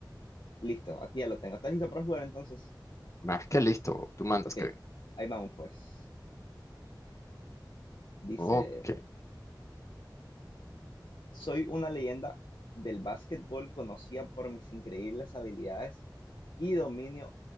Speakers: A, on the left (about 85°); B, on the left (about 40°).
A: Listo, aquí ya lo tengo. ¿Estás listo para jugar entonces?
B: Más que listo, tú mandas,
A: Ok,
B: Kevin.
A: ahí vamos pues. Dice,
B: Ok,
A: soy una leyenda del básquetbol conocida por mis increíbles habilidades y dominio